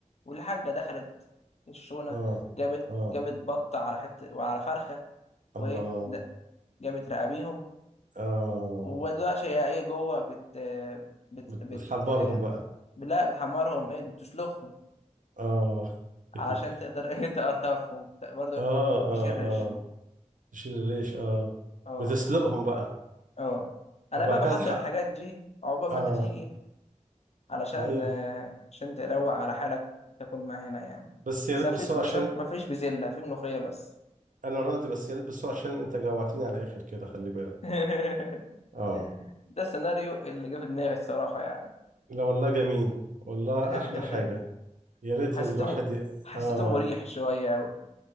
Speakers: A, on the left; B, on the right.
A: والحاجة دخلت الشونة
B: اه
A: جابت
B: اه
A: جابت بطة على حتة وعلى فرخة وإيه
B: الله
A: د- جابت رقابيهم
B: اه
A: ودلوقتي هي ايه جوه بت بت
B: بت-
A: بت
B: بتحمرهم بقى
A: لا بتحمرهم ايه دي بتسلخهم
B: اه
A: عشان
B: <laughs>
A: تقدر <laughs> ايه تقرطفهم ت- برضه
B: اه اه
A: يشيل ريشهم
B: اه تشيل الريش اه
A: اه
B: بتسلقهم بقى
A: اه انا
B: بقى
A: بقى بحضر
B: كده تحقق
A: الحاجات دي عقبال
B: اه
A: ما انت تيجي علشان
B: طيب
A: آه، عشان تروق على حالك وتاكل معانا يعني
B: بس يا
A: بس
B: ريت
A: ما
B: بالسرعة
A: في بس
B: عشان
A: ما فيش بزلة في ملوخية بس
B: أنا راضي بس يا ريت بالسرعة عشان أنت جوعتني على الآخر كده خلي بالك
A: <laughs>
B: آه
A: ده السيناريو اللي جه في دماغي الصراحة يعني
B: لا والله جميل والله
A: <laughs>
B: أحلى حاجة يا ريت
A: حسيته
B: الواحد ي...
A: حسيته
B: آه
A: مريح شوية أوي